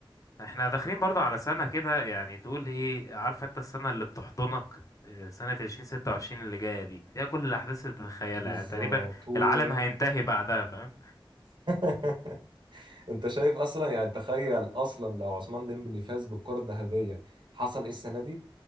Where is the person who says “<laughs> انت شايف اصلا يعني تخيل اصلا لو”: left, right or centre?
Right